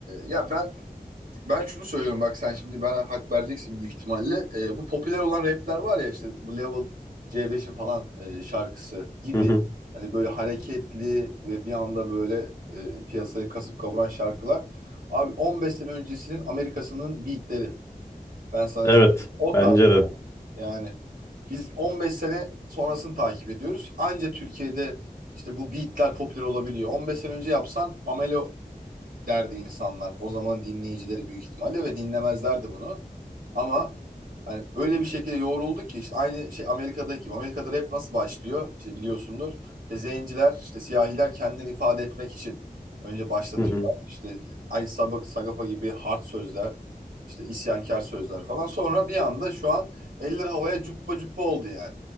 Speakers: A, on the right (about 70°); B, on the left (about 20°).
A: ya ben ben şunu söylüyorum bak sen şimdi bana hak vereceksin büyük ihtimalle. Ee, bu popüler olan rapler var ya işte bu Level C5'in falan e, şarkısı gibi.
B: Hı hı.
A: Hani böyle hareketli ve bir anda böyle e, piyasayı kasıp kavuran şarkılar. Abi 15 sene öncesinin Amerika'sının beatleri. Ben sana
B: Evet
A: söyleyeyim. O
B: bence
A: tarz
B: de.
A: abi. yani. Biz 15 sene sonrasını takip ediyoruz. Anca Türkiye'de işte bu beatler popüler olabiliyor. 15 sene önce yapsan amelo derdi insanlar. O zaman dinleyicileri büyük ihtimalle ve dinlemezlerdi bunu. Ama hani öyle bir şekilde yoğrulduk ki işte aynı şey Amerika'daki. gibi. Amerika'da rap nasıl başlıyor? İşte biliyorsundur. İşte zenciler, işte siyahiler kendini ifade etmek için önce başlatıyorlar.
B: Hı hı.
A: İşte aynı Sab- Sagapa gibi hard sözler, işte isyankar sözler falan. Sonra bir anda şu an eller havaya cuppa cuppa oldu yani.